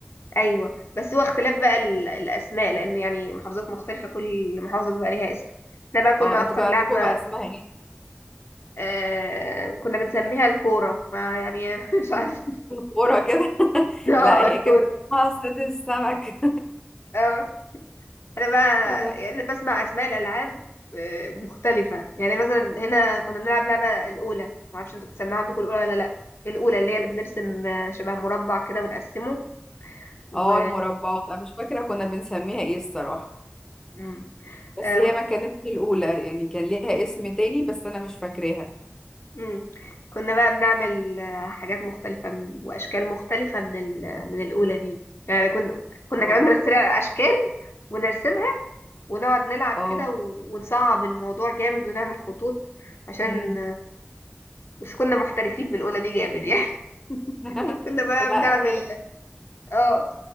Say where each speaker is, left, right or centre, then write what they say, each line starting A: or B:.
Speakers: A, on the left (about 75°); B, on the left (about 15°).
A: ايوه بس هو اختلاف بقى ال... الاسماء لان يعني محافظات مختلفه كل محافظه بيبقى ليها اسم احنا بقى كنا
B: اه
A: اكتر
B: انتوا كان
A: لعبه
B: عندكم بقى اسمها ايه
A: آه... كنا بنسميها الكوره ما يعني <laughs> مش عارف
B: الكورة كده <laughs>
A: اه
B: لا هي
A: الكوره
B: كانت اسمها صيد السمك
A: اه انا بقى
B: <laughs> بس.
A: يعني انا بسمع اسماء الالعاب آه، مختلفه يعني مثلا هنا كنا بنلعب لعبه الاولى ما اعرفش انتوا بتسمعوا عندكم الاولى ولا لا الاولى اللي هي اللي بنرسم آه، شبه مربع كده ونقسمه و
B: اه المربعات انا مش فاكرة كنا بنسميها ايه الصراحة
A: مم.
B: بس
A: آه،
B: هي
A: و-
B: ما كانتش الأولى يعني كان ليها اسم تاني بس انا مش فاكراها
A: مم. كنا بقى بنعمل آه، حاجات مختلفه من- واشكال مختلفه من ال... من الاولى دي يعني كنا كنا
B: اه
A: كمان بنخترع اشكال ونرسمها ونقعد نلعب
B: اه
A: كده و... ونصعب الموضوع جامد ونعمل خطوط عشان
B: مم.
A: بس كنا محترفين بالأولى دي جامد يعني <laughs>
B: <laughs>
A: كنا بقى
B: لا
A: بنعمل
B: هي
A: اه